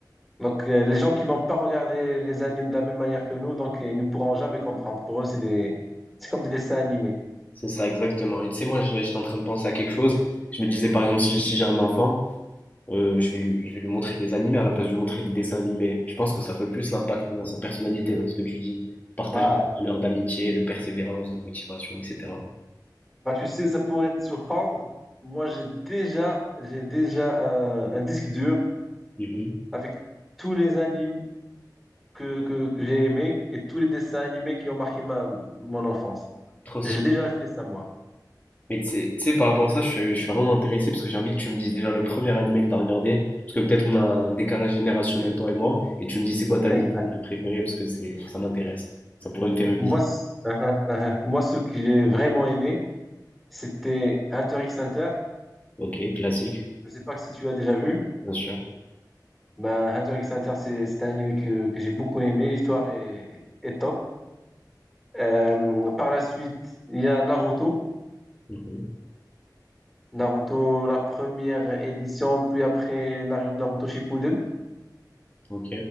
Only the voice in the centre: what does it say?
Donc, euh, les gens qui n'ont pas regardé les animes de la même manière que nous, donc, euh, ils ne pourront jamais comprendre. Pour eux, c'est des... c'est comme des dessins animés.
Bah,
bah, tu sais, ça pourrait te surprendre. Moi, j'ai déjà, j'ai déjà un, un disque dur
avec tous les animes que, que, que j'ai aimés et tous les dessins animés qui ont marqué ma, mon enfance.
J'ai déjà fait ça, moi.
Exact.
Moi,
c- uh-huh, uh-huh. Moi, ce que j'ai vraiment aimé, c'était Hunter x Hunter.
Je ne sais pas si tu as déjà vu.
Ben, Hunter x Hunter, c'est c'est un anime que, que j'ai beaucoup aimé. L'histoire est, est top. Euh, par la suite, il y a Naruto.
Naruto, la première édition, puis après Nar- Naruto Shippuden.